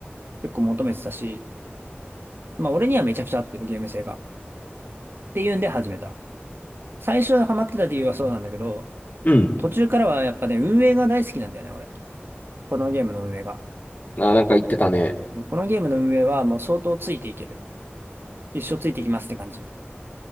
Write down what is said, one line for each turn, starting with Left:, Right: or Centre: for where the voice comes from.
Right: 結構求めてたし、まあ俺にはめちゃくちゃ合ってるゲーム性が。っていうんで始めた。最初ハマってた理由はそうなんだけど、
Left: うん。
Right: 途中からはやっぱね、運営が大好きなんだよね、俺。このゲームの運営が。
Left: あ、なんか言ってたね。
Right: このゲームの運営はもう相当ついていける。一生ついていきますって感じなんで。